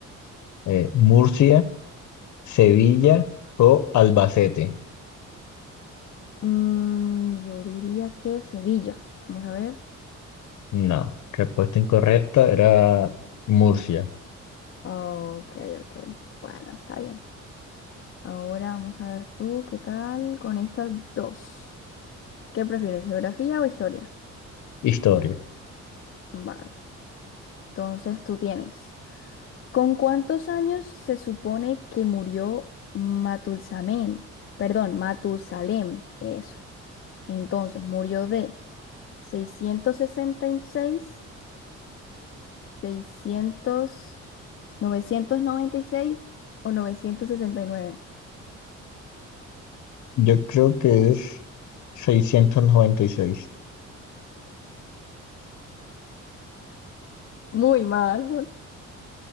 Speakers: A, on the left (about 70°); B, on the left (about 45°).
A: Eh, ¿Murcia, Sevilla o Albacete?
B: Mm, yo diría que Sevilla. Vamos a ver.
A: No, respuesta incorrecta era Murcia.
B: Ok, ok. Bueno, está bien. Ahora vamos a ver tú, ¿qué tal con estas dos? ¿Qué prefieres, geografía o historia?
A: Historia.
B: Vale. Entonces tú tienes. ¿Con cuántos años se supone que murió Matulsamén? Perdón, Matusalem. Eso. Entonces, murió de seiscientos seiscientos, sesenta y seis, seiscientos, novecientos noventa y seis o 969.
A: Yo creo que es 696.
B: Muy mal.